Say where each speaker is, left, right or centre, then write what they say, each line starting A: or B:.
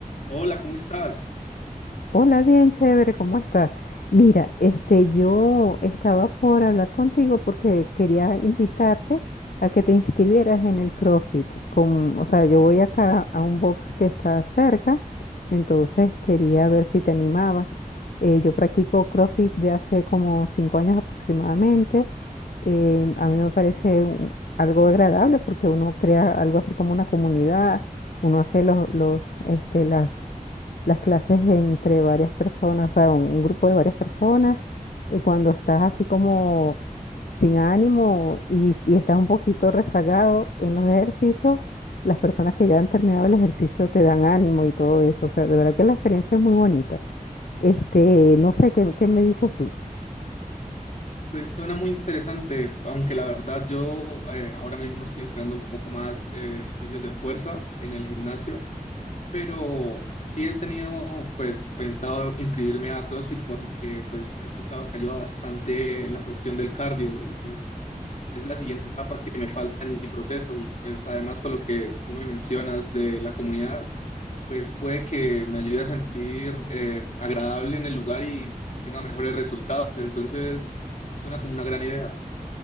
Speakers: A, on the left (about 55°); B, on the left (about 75°).
A: Hola, ¿cómo estás?
B: Hola, bien chévere, ¿cómo estás? Mira, este, yo estaba por hablar contigo porque quería invitarte a que te inscribieras en el CrossFit. Con, o sea, yo voy acá a un box que está cerca, entonces quería ver si te animabas. Eh, yo practico CrossFit de hace como cinco años aproximadamente. Eh, a mí me parece un- algo agradable porque uno crea algo así como una comunidad, uno hace los, los, este, las las clases entre varias personas, o sea, un, un grupo de varias personas, y cuando estás así como sin ánimo y, y estás un poquito rezagado en los ejercicios, las personas que ya han terminado el ejercicio te dan ánimo y todo eso, o sea, de verdad que la experiencia es muy bonita. Este, no sé, ¿qué, qué me dices tú?
A: Pues suena muy interesante, aunque la verdad yo eh, ahora mismo estoy entrenando un poco más eh, ejercicios de fuerza en el gimnasio, pero sí he tenido pues pensado inscribirme a CrossFit porque pues he escuchado que ayuda bastante en la cuestión del cardio y pues es la siguiente etapa que me falta en mi proceso y pues además con lo que tú me mencionas de la comunidad, pues puede que me ayude a sentir eh, agradable en el lugar y tenga mejores resultados. Entonces, suena como una gran idea.